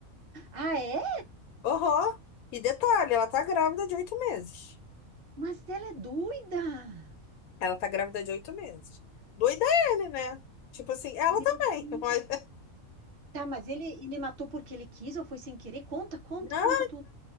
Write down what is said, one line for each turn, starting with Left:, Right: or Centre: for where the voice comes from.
Right: Ah, é?
Left: Aham. E detalhe, ela tá grávida de oito meses.
Right: Mas ela é doida.
Left: Ela tá grávida de oito meses. Doida é ele, né? Tipo assim, ela
Right: Meu
Left: também.
Right: Deus.
Left: <laughs> mas-
Right: Tá, mas ele, ele matou porque ele quis ou foi sem querer? Conta, conta,
Left: Não,
Right: conta tudo.